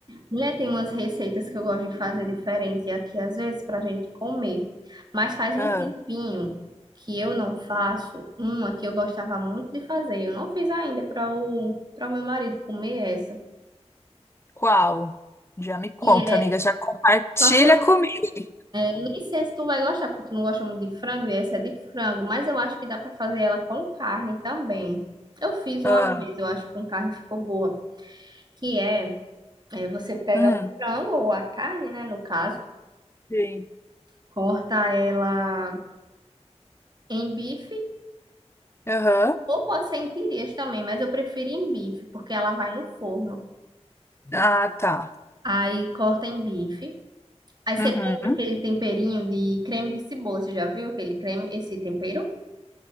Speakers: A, on the right (about 40°); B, on the left (about 20°).
A: Mulher, tem umas receitas que eu gosto de fazer diferente aqui, às vezes, pra gente comer. Mas faz um
B: Ah,
A: tempinho que eu não faço uma que eu gostava muito de fazer. Eu não fiz ainda para o, para o meu marido comer essa.
B: qual? Já me conta,
A: E é-
B: amiga, já compartilha
A: só que eu
B: comigo.
A: Nem sei se tu vai gostar, porque tu não gosta muito de frango e essa é de frango, mas eu acho que dá pra fazer ela com carne também. Eu fiz uma
B: Ah,
A: vez, eu acho que com carne ficou boa. Que é, é você pega
B: hum,
A: o frango ou a carne, né, no caso,
B: sim.
A: corta ela em bife
B: Aham.
A: ou pode ser em tirinhas também, mas eu prefiro em bife, porque ela vai no forno.
B: Ah, tá.
A: Aí corta em bife. Aí você
B: Uhum.
A: compra aquele temperinho de creme de cebola, você já viu aquele creme, esse tempero?